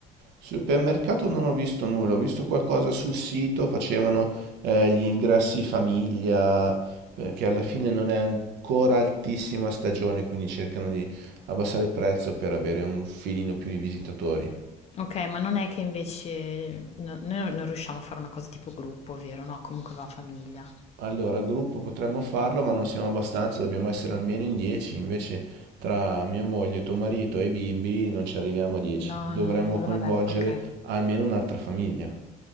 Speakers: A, on the right; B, on the left.
A: Supermercato non ho visto nulla, ho visto qualcosa sul sito, facevano eh, gli ingressi famiglia, perché alla fine non è ancora altissima stagione, quindi cercano di abbassare il prezzo per avere un filino più di visitatori.
B: Ok, ma non è che invece no- noi non non riusciamo a fare una cosa tipo gruppo, vero? No, comunque va a famiglia.
A: Allora, gruppo potremmo farlo, ma non siamo abbastanza, dobbiamo essere almeno in 10, invece tra mia moglie, tuo marito e i bimbi non ci arriviamo a 10.
B: No,
A: Dovremmo
B: no, allora
A: coinvolgere
B: vabbè, ok.
A: almeno un'altra famiglia.